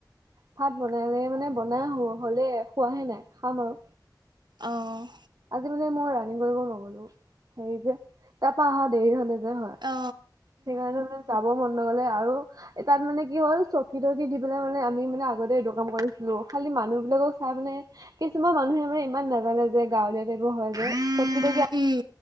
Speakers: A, on the right (about 55°); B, on the right (about 75°).
A: ভাত বনালে মানে বনাই হ হ'লে খোৱাহে নাই খাম আৰু
B: অহ
A: আজি মানে মই ৰানিং কৰিব নগলো হেৰি যে তাপা অহা দেৰি হ'লে যে হয়
B: অ
A: সেইকাৰণে মানে যাব মন নগলে আৰু এ তাত মানে কি হ'ল চকী তকি দি পেলাই মানে আমি মানে আগতে এইটো কাম কৰিছিলো খালি মানুহ বিলাকক চাই মানে কিছুমান মানুহে মানে ইমান নাজানে যে গাঁৱলীয়া টাইপৰ হয় যে তকি
B: উম